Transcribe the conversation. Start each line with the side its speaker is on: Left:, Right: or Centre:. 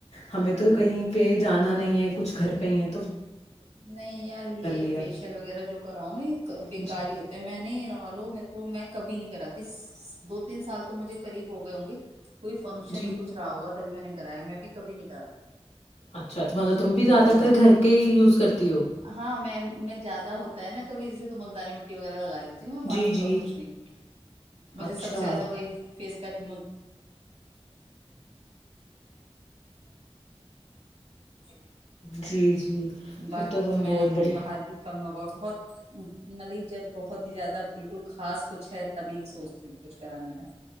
Left: ہمیں
Right: ہاں
Left: تو کہیں پہ جان نا نہیں ہے کچھ گھر پہ ہی ہے
Right: نہیں یار یہ
Left: لیا
Right: فیشیل وغیرہ جو کرا ہ نا یہ بےکاری
Left: جی
Right: ہوتے ہے میں نہیں لگا لو میرے کو میں کبھی نہیں کراتی دو تین سال تو مجھے قریب ہو گئے ہوں گے کوئی فنکشن
Left: جی
Right: ہی کچھ رہا ہو گا کبھی میں نے کرایا میں بھی کبھی نہیں کراتی
Left: اچھا اچھا
Right: فیشیل
Left: م ت بھی
Right: وغیرہ
Left: زدر
Right: میں نے
Left: گھر کے یوز کرتی ہو
Right: ہاں میں میں زیادہ ہوتا ہے ن کبھییسے تو ملتانی مٹی وغیرہ لگا لیتے ہوں میں باقی
Left: جی جی
Right: اور کچھ نہیں مجھے
Left: اچھا
Right: سب سے زیادہ وہی فیس پیک <unintelligible>
Left: جی جی
Right: باقی
Left: پھر
Right: تو
Left: تم
Right: میں
Left: بہت بڑی
Right: باہر بھی کم بہت مطلب جب بہت ہی زیادہ بالکل خاص کچھ ہے تبھی سوچتی ہوں کچھ کرانے میں